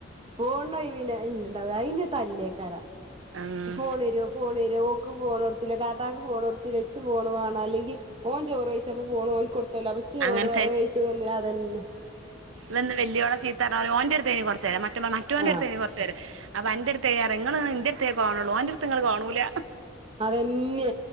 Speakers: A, on the right; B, on the right.
A: ഫോൺനൊഴിവിനല്ല ഇണ്ടാവ അയിന് തല്ലേകാരം
B: ഉം
A: ഫോണെരോ ഫോണെരോ ക്ക് ഫോണൊട്ത്തിലെ താത്താക്ക് ഫോണൊട്ത്തിലെ ഇച്ച് ഫോണ് വേണ അല്ലെങ്കി ഓൻ ചോറൊഴിച്ചപ്പൊ ഫോണ് ഓന് കൊടുത്തലൊ അപ്പ ഇച്ച് ചോറൊഴിച്ച്
B: അങ്ങനെ
A: തന്നിലാ അതന്നെ
B: വന്ന് വല്യോള ചീത്ത പർഞ ഓന്റട്ത്തേന് കൊറ്ച്ചേരം മറ്റോന്റട്ത്തേനു
A: ആഹ്
B: കൊറ് അപ്പൊ അന്റടുത്ത് ഞാ ഇങ്ങള് ഇന്റെട്ത്തേ കാണൊള്ളു ഓന്റട്ത്ത് ഇങ്ങള് കാണൂല
A: അതന്നെ